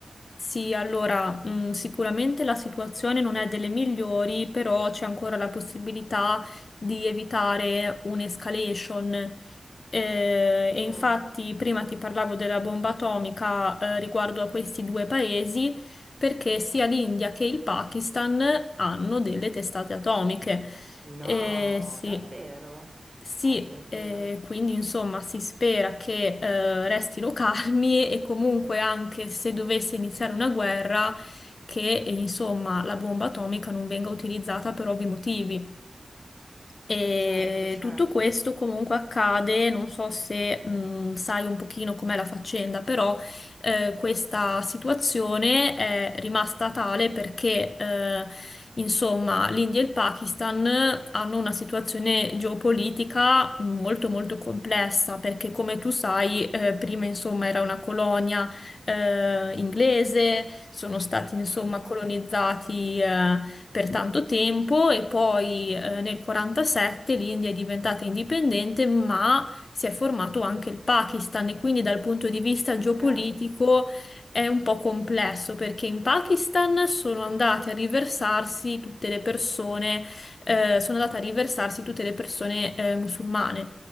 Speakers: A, on the left (about 65°); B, on the right (about 15°).
A: Sì, allora, mh, sicuramente la situazione non è delle migliori, però c'è ancora la possibilità di evitare un'escalation. Eh, e
B: Mm.
A: infatti prima ti parlavo della bomba atomica, eh, riguardo a questi due paesi, perché sia l'India che il Pakistan hanno delle testate atomiche.
B: No,
A: Eh, sì.
B: davvero?
A: Sì,
B: Oh mio Dio.
A: eh, quindi insomma si spera che eh, restino calmi e comunque anche se dovesse iniziare una guerra, che eh, insomma la bomba atomica non venga utilizzata per ovvi motivi. E
B: Certo, certo.
A: tutto questo comunque accade, non so se mh, sai un pochino com'è la faccenda, però eh, questa situazione è rimasta tale perché eh, insomma l'India e il Pakistan hanno una situazione geopolitica molto molto complessa perché come tu sai eh, prima insomma era una colonia eh, inglese, sono stati insomma
B: Mhm.
A: colonizzati. eh, per tanto tempo e poi eh, nel 47 l'India è diventata indipendente, ma si è formato anche il Pakistan e quindi dal punto di vista
B: Ok,
A: geopolitico è un po' complesso perché in Pakistan sono andate a riversarsi tutte le persone, eh, sono andate a riversarsi tutte le persone eh, musulmane.